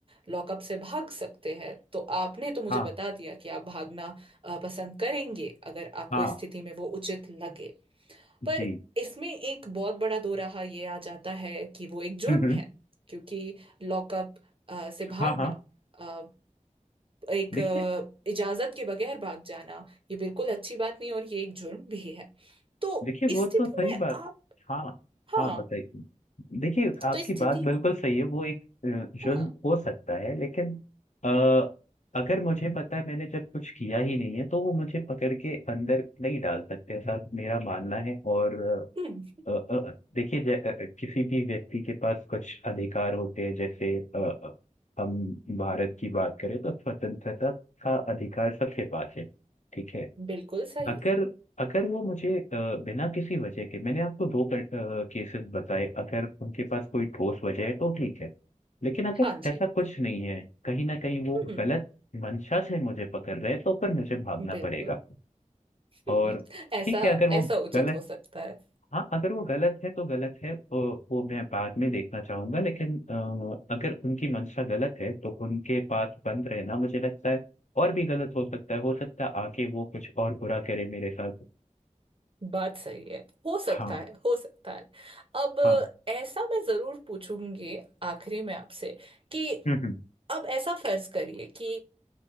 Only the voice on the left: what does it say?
हाँ
हाँ
जी
हम्म हम्म,
हाँ हाँ
देखिए
देखिए वो
तो सही
बात
हाँ
हाँ
बताइए देखिए आपकी
बात बिल्कुल
सही है वो एक अ, जुर्म
हो सकता है लेकिन आ, अगर मुझे पता है मैंने जब कुछ किया ही नहीं है तो वो मुझे पकड़ के अंदर नहीं डाल सकते ऐसा मेरा मानना है और
अ, अ, अ, देखिए जै- अ, अ, किसी भी व्यक्ति के पास कुछ अधिकार होते हैं जैसे अ, अ, हम भारत की बात करें तो स्वतंत्रता का अधिकार सबके पास है ठीक है
अगर अगर वो मुझे अ, बिना किसी वजह के मैंने आपको दो केसेस बताए अगर उनके पास कोई ठोस वजह है तो ठीक है लेकिन अगर
ऐसा कुछ नहीं है कहीं ना कहीं वो
गलत मंशा से मुझे पकड़ रहे हैं, तो फिर मुझे भागना
पड़ेगा और
ठीक है अगर वो
गलत
हाँ अगर वो गलत है तो गलत है वो, वो मैं बाद में देखना चाहूंगा लेकिन अ, अगर उनकी मंशा गलत है तो उनके पास बंद रहना मुझे लगता है और भी गलत हो सकता है हो सकता है आगे वो कुछ और बुरा करे मेरे साथ
हाँ
हाँ
हम्म हम्म